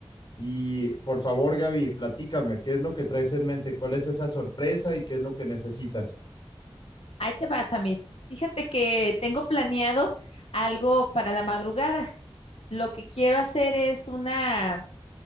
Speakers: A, on the left (about 50°); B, on the left (about 85°).
A: y por favor Gaby, platícame, ¿qué es lo que traes en mente? ¿Cuál es esa sorpresa y qué es lo que necesitas?
B: Ahí te va, Samir. Fíjate que tengo planeado algo para la madrugada. Lo que quiero hacer es una,